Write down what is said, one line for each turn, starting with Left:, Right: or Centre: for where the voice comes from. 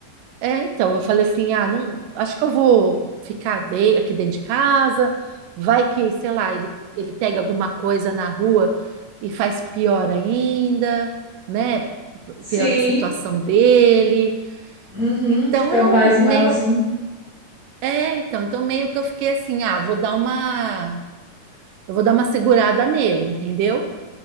Right: É, então, eu falei assim, ah, não, acho que eu vou ficar de- aqui dentro de casa, vai que, sei lá, ele, ele pega alguma coisa na rua e faz pior ainda, né? P-
Left: Sim.
Right: Piora a situação dele.
Left: Uhum,
Right: Então
Left: fica
Right: eu
Left: mais malzinho.
Right: meio, é, então, então meio que eu fiquei assim, ah, vou dar uma, eu vou dar uma segurada nele, entendeu?